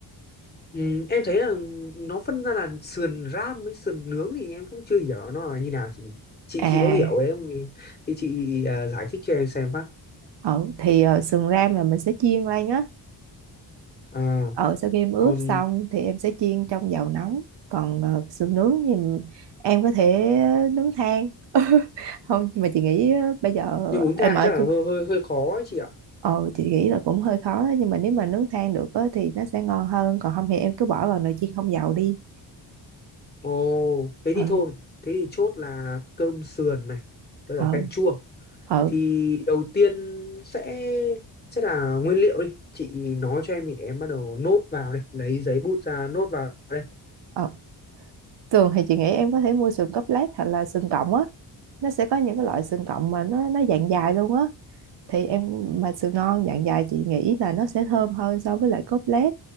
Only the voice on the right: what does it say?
À
ừ, thì ờ, sườn ram là mình sẽ chiên lên á
ờ sau khi em ướp
xong thì em sẽ chiên trong dầu nóng còn ờ, sườn nướng thì m- em có thể nướng than <laughs> không nhưng mà chị nghĩ ờ, bây giờ
em ở
chung
ờ chị nghĩ là cũng hơi khó á, nhưng mà nếu mà nướng than được á, thì nó sẽ ngon hơn còn không thì em cứ bỏ vào nồi chiên không dầu đi
ờ
ờ
ờ
ờ Thường thì chị nghĩ em có thể mua sườn cốt lết hoặc là sườn cọng á. Nó sẽ có những cái loại sườn cọng mà nó nó dạng dài luôn á. Thì em mà sườn non dạng dài chị nghĩ là nó sẽ thơm hơn so với lại cốt lết.